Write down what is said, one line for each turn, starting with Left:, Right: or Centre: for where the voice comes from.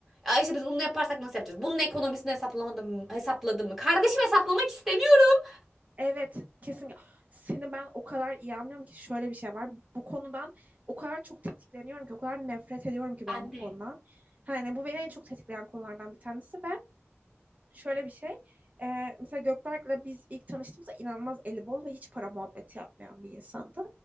Centre: Ya işte biz bunu yaparsak nasıl yapacağız? Bunun ekonomisini hesaplamadım mı? Hesapladım mı? Kardeşim hesaplamak istemiyorum.
Right: evet kesin. Seni ben o kadar iyi anlıyorum ki şöyle bir şey var. Bu konudan o kadar çok tetikleniyorum ki o kadar nefret ediyorum ki
Centre: Ben
Right: ben bu
Centre: de.
Right: konudan. Yani bu beni en çok tetikleyen konulardan bir tanesi ve şöyle bir şey. Ee, mesela Gökberk'le biz ilk tanıştığımızda inanılmaz eli bol ve hiç para muhabbeti yapmayan bir insandı.